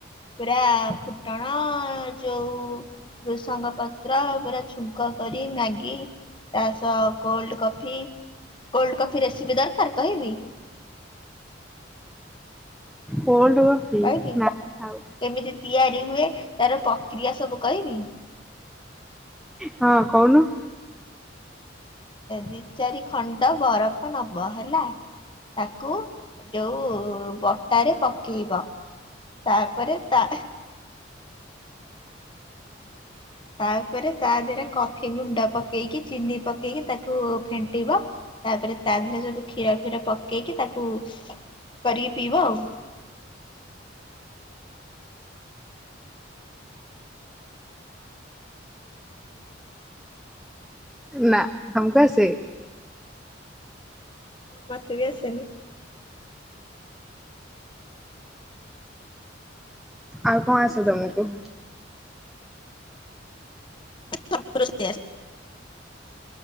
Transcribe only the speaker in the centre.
କୋଲ୍ଡ କଫି
ନା ଆଉ
ହଁ କହୁନୁ।
ନା ଆମକୁ ଆସେ।
ଆଉ କଣ ଆସେ ତମକୁ?